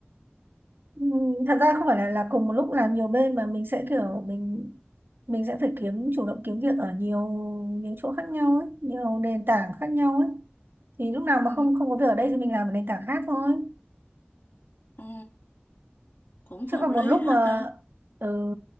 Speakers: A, on the right; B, on the left.
A: Ừ, thật ra không phải là là cùng một lúc làm nhiều bên mà mình sẽ kiểu mình mình sẽ phải kiếm chủ động kiếm việc ở nhiều nhiều chỗ khác nhau ấy, nhiều nền tảng khác nhau ấy. Thì lúc nào
B: Ừ,
A: mà không không có việc ở đây thì mình làm ở nền tảng khác thôi.
B: ờ, cũng
A: chứ
B: hợp
A: còn
B: lý
A: một lúc
B: ha
A: mà
B: ta.
A: ừ,